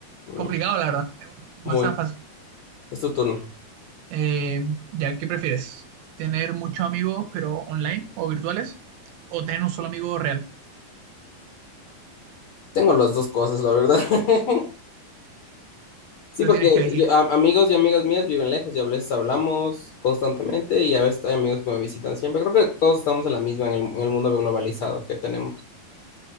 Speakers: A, on the left; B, on the right.
A: Mm,
B: Complicado, la verdad. Es No
A: Muy.
B: es tan fácil.
A: Es tu turno.
B: Eh, ya, ¿qué prefieres? ¿Tener muchos amigos, pero online o virtuales? ¿O tener un solo amigo real?
A: Tengo las dos cosas, la verdad. <laughs> Sí,
B: Pero
A: porque
B: tienes que elegir.
A: yo- a- amigos y amigas mías viven lejos y a veces hablamos constantemente y a veces hay amigos que me visitan siempre. Creo que todos estamos en la misma en el, en el mundo globalizado que tenemos.